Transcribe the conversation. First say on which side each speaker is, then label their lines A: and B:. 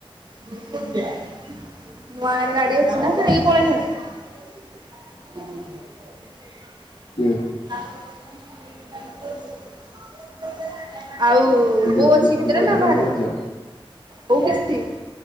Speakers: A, on the right (about 45°); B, on the left (about 65°).
A: <unintelligible> ନୂଆରେ ଗାଡି ଅଛି ନା ଫେରିକି ପଳେଇଲେଣି। <unintelligible>
B: କିଏ?
A: <unintelligible> ଆଉ
B: ଏ ଝିଅ
A: ବୋଉ
B: କିସ୍ତି
A: ଅଛି ଭିତରେ
B: ପଇସା
A: ନା
B: ଦବୁଲୋ
A: ବାହାରେ?
B: ଝିଅ
A: କୋଉ କିସ୍ତି?